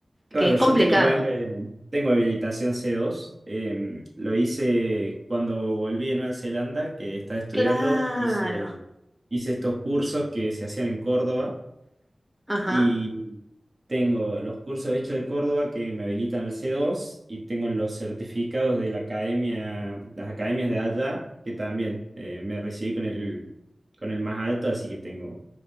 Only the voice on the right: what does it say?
Claro,
yo
tengo, ponerle, tengo habilitación c dos. em, lo hice cuando volví de Nueva Zelanda, que estaba estudiando.
Hice, hice estos cursos que se hacían en Córdoba
y tengo los cursos hechos de Córdoba que me habilitan al c dos y tengo los certificados de la academia, las academias de allá, que también eh, me recibí con el, con el más alto, así que tengo,